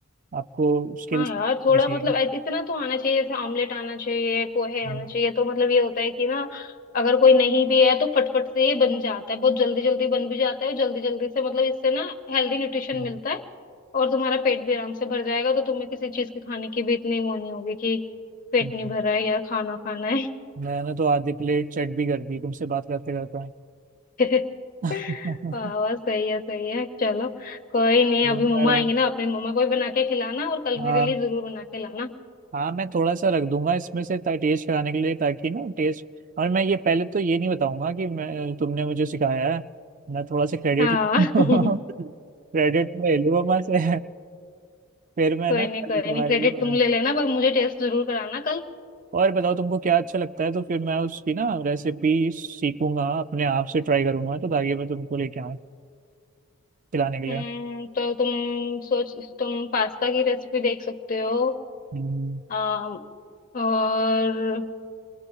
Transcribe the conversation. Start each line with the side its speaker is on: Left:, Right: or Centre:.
Right: आपको स्किल्स
Left: हाँ यार थोड़ा
Right: चाहिए
Left: मतलब ऐ- इतना तो आना चाहिए जैसे ऑमलेट आना चाहिए पोहे
Right: हम्म,
Left: आना चाहिए तो मतलब ये होता है कि ना अगर कोई नहीं भी है तो फटफट से ये बन जाता है बहुत जल्दी जल्दी बन भी जाता है और जल्दी जल्दी से मतलब इससे ना हेल्दी न्यूट्रिशन
Right: हम्म,
Left: मिलता है और तुम्हारा पेट भी आराम से भर जाएगा तो तुम्हें किसी चीज के खाने की भी इतनी वो नहीं होगी कि पेट
Right: हम्म।
Left: नहीं
Right: हम्म।
Left: भरा है या खाना खाना है
Right: मैंने तो आधी प्लेट चट भी कर दी तुमसे बात करते करते
Left: <laughs>
Right: <laughs>
Left: वाह वाह सही है सही है चलो कोई नहीं
Right: यूं
Left: अभी
Right: ही
Left: मम्मा
Right: मेरा
Left: आएंगे ना अपनी मम्मा को भी बना के खिलाना और कल मेरे
Right: हाँ
Left: लिए जरूर बना के लाना
Right: हाँ मैं थोड़ा सा रख दूंगा इसमें से ता- टेस्ट कराने के लिए ताकि ना टेस्ट और मैं ये पहले तो ये नहीं बताऊंगा कि मैं तुमने मुझे सिखाया है मैं थोड़ा सा क्रेडिट
Left: हाँ
Right: क्रेडिट
Left: <laughs>
Right: <laughs> में ले लूंगा मैं से फिर मैं
Left: कोई
Right: ना कल
Left: नहीं कोई
Right: तुम्हारे
Left: नहीं क्रेडिट
Right: लिए बना
Left: तुम ले लेना पर मुझे टेस्ट जरूर कराना कल
Right: और बताओ तुमको क्या अच्छा लगता है तो फिर मैं उसकी ना रेसिपी सीखूंगा अपने आप से ट्राई करूंगा तो ताकि मैं तुमको लेके आऊँ खिलाने के लिए
Left: हम्म तो तुम सोच तुम पास्ता की रेसिपी देख सकते हो
Right: हम्म।
Left: अम, और